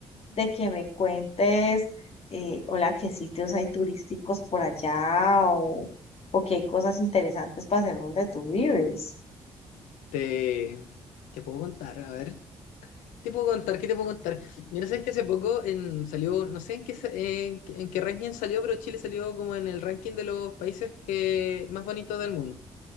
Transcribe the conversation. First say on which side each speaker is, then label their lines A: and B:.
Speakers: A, on the left; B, on the left.
A: de que me cuentes, eh, hola, qué sitios hay turísticos por allá o, o qué hay cosas interesantes para hacer donde tú vives.
B: Te, te puedo contar, a ver. ¿Te puedo contar? ¿Qué te puedo contar? Mira, sabes que hace poco en- salió, no sé en qué, sa- en, en qué ranking salió, pero Chile salió como en el ranking de los países que, más bonitos del mundo.